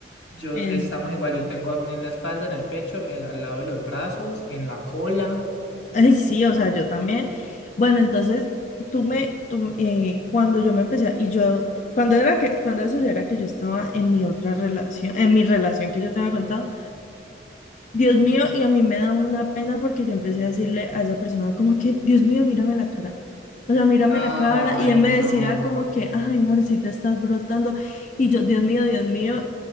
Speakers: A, on the left; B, on the left.
A: Yo,
B: en
A: estamos igual, yo tengo acné en la espalda, en el pecho, en- al lado de los brazos, en la cola.
B: Ay, sí, o sea, yo también. Bueno, entonces, tú me, tú, eh, cuando yo me empecé, a- y yo, cuando era que, cuando eso era que yo estaba en mi otra relación, en mi relación que yo te había contado, Dios mío, y a mí me da una pena porque yo empecé a decirle a esa persona como que, Dios mío, mírame la cara. O sea, mírame
A: Ay,
B: la cara. Y él me
A: no.
B: decía como que, ay, amorcita, estás brotando. Y yo, Dios mío, Dios mío.